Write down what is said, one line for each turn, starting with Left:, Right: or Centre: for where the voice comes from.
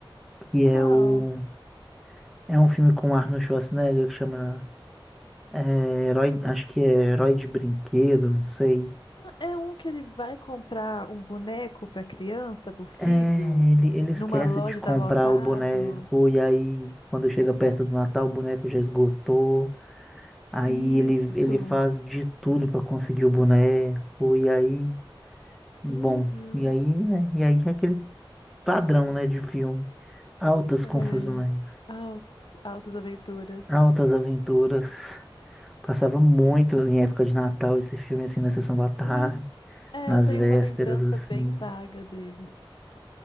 Centre: que
Left: Qual?
Centre: é o é um filme com Arnold Schwarzenegger que chama é, Herói, acho que é Herói de Brinquedo, não sei.
Left: É um que ele vai comprar um boneco para criança, para o filho,
Centre: É, ele, ele esquece
Left: numa loja
Centre: de comprar
Left: tá lotado.
Centre: o boneco e aí quando chega perto do Natal o boneco já esgotou. Aí
Left: Isso.
Centre: ele, ele faz de tudo pra conseguir o boneco e aí Bom,
Left: Uhum.
Centre: e aí, né? E aí é aquele padrão, né, de filme. Altas
Left: É.
Centre: confusões,
Left: Altas, altas aventuras.
Centre: altas aventuras. Passava muito em época de Natal esse filme, assim, na sessão da tarde,
Left: Uhum. É,
Centre: nas
Left: eu tenho
Centre: vésperas,
Left: uma lembrança
Centre: assim.
Left: bem vaga dele.